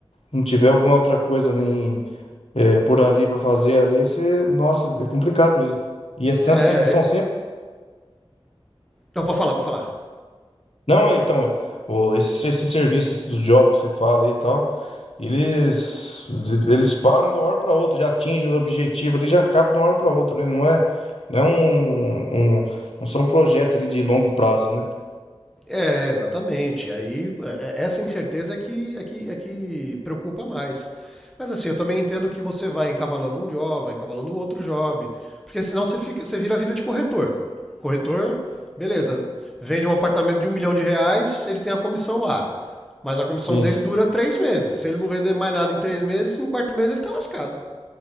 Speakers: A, on the left (about 80°); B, in the centre.
A: não tiver alguma outra coisa nem é, por ali para fazer ali, você, nossa, é complicado mesmo. E é sem-
B: É,
A: eles são
B: é
A: sempre.
B: não, pode falar, pode falar.
A: Não, é, então, é, o, esse, esse serviço do job que você fala aí e tal, eles eles param de uma hora para outra, já atingem os objetivos ali, já acabam de uma hora para outra, né? Não é, não é um, um- não são projetos ali de longo prazo, né?
B: É, exatamente. Aí é- é, essa incerteza é que, é que, é que preocupa mais. Mas assim, eu também entendo que você vai encavalando um job, vai encavalando outro job, porque senão você fica, você vira a vida de corretor. Corretor, beleza, vende um apartamento de um milhão de reais, ele tem a comissão lá. Mas a comissão
A: Sim,
B: dele dura três meses. Se ele não vender mais nada em três meses, no quarto mês ele tá lascado.